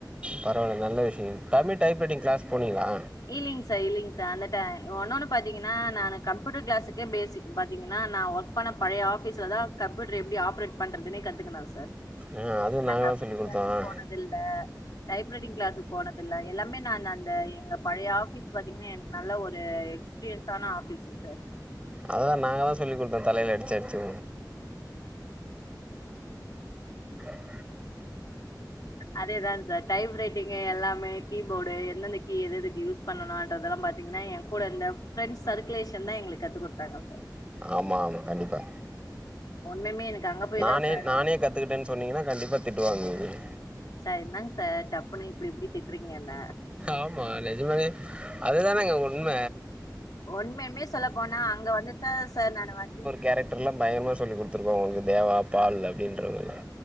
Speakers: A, on the right; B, on the left.
A: பரவால்ல நல்ல விஷியங்க தமிழ் டைப்ரைட்டிங் க்ளாஸ் போனீங்ளா
B: இல்லிங் சார் இல்லிங் சார் அந்த டை ஒன்னொன்னு பாத்தீங்கன்னா நானு கம்ப்யூட்டர் கிளாஸுக்கே பேசிக் பாத்தீங்கன்னா நா ஒர்க் அப்பான பழைய ஆபீஸ்ல தா கம்ப்யூட்டர் எப்டி ஆப்ரேட் பண்றதுனே கத்துக்கினா சார்
A: ஆ அதுவும்
B: நா
A: நாங்க
B: கம்புயுட்ரு
A: தான் சொல்லிக் குடுத்தோ
B: கிளாஷுக்கு
A: ஆ
B: போனதில்ல டைப்ரைடிங் கிளாஸுக் போனதுல்ல எல்லாமே நான் அந்த எங்க பழைய ஆபீஸ் பாத்தீங்னா எனக்கு நல்ல ஒரு எக்ஸ்பீரியன்ஸான ஆபீஸ் சர்
A: அததா நாங்க தா சொல்லிக் குட்த்தோ தலையில அடிச்சடிச்சு <unintelligible>
B: அதேதா சார் டைப் ரைட்டிங்கு எல்லாமே கீபோர்டு எந்தெந்த கீ எது எதுக்கு யூஸ் பண்ணனுன்றதெல்லா பாத்தீங்னா எ கூட இந்த ஃப்ரண்ஸ் சர்குலேஷன் தா எங்ளுக் கத்து குட்த்தாங்க
A: ஆமாலு கண்டிப்பா
B: ஒண்ணுமே எனக்கு அங்க போய்
A: நானே
B: தா சார்
A: நானே கத்துக்கிட்டேன் சொன்னீங்கன்னா கண்டிப்பா திட்டுவாங்குவீங்க
B: சர் என்னங் சார் டப்புனு இப்டி இப்டி திட்றீங்க என்ன
A: ஆமா நெஜமாலையே அதுதானங்க உண்ம
B: ஒண்மையுமே சொல்ல போனா அங்க வந்துசா சார் நானு வந்து
A: கேரக்டுர்லா பயங்கரமா சொல்லி குடுத்துருக்கோ உங்க தேவா பால் அப்டின்றதெல்லா